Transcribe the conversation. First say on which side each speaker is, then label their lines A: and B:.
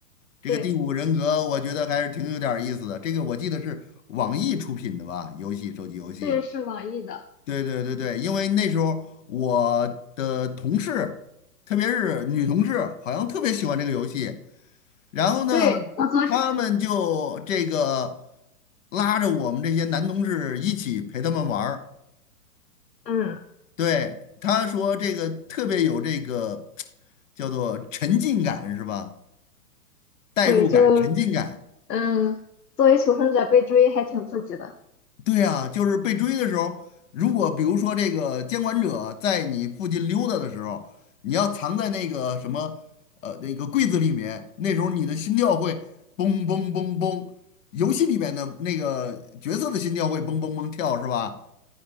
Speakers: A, on the left (about 50°); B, on the left (about 85°).
A: 这个第五人格，
B: 对
A: 我觉得还是挺有点儿意思的。这个我记得是网易出品的吧，游戏，手机游戏。
B: 对，是网易的。
A: 对对对对，因为那时候我的同事，特别是女同事，好像特别喜欢这个游戏。然后呢，
B: 对，我昨天
A: 他们就这个拉着我们这些男同事一起陪他们玩儿。
B: 嗯，
A: 对，他说这个特别有这个 <tsk> 叫做沉浸感是吧？代入感、
B: 对，就
A: 沉浸感。
B: 嗯，作为求生者被追还挺刺激的。
A: 对啊，就是被追的时候，如果比如说这个监管者在你附近溜达的时候，你要藏在那个什么呃那个柜子里面，那时候你的心跳会嘣嘣嘣嘣，游戏里面的那个角色的心跳会嘣嘣嘣跳是吧？